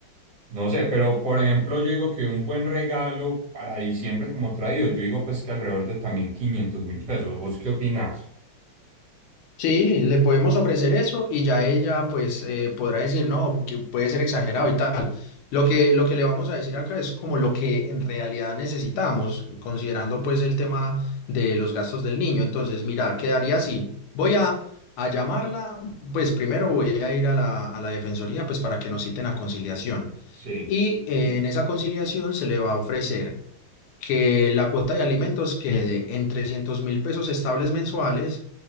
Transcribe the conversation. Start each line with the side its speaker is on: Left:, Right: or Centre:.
Right: no sé, pero por ejemplo, yo digo que un buen regalo para diciembre como traído, yo digo pues que alrededor de también quinientos mil pesos, ¿vos qué opinás?
Left: Sí, le podemos ofrecer eso y ya ella pues eh, podrá decir, no, porque puede ser exagerado y tal. Lo que, lo que le vamos a decir acá es como lo que en realidad necesitamos, considerando pues el tema de los gastos del niño. Entonces, mira, quedaría así. Voy a, a llamarla, pues primero voy a ir a la, a la defensoría pues para que nos citen a conciliación.
Right: Sí.
Left: Y eh, en esa conciliación se le va a ofrecer que la cuota de alimentos quede en trescientos mil pesos estables mensuales,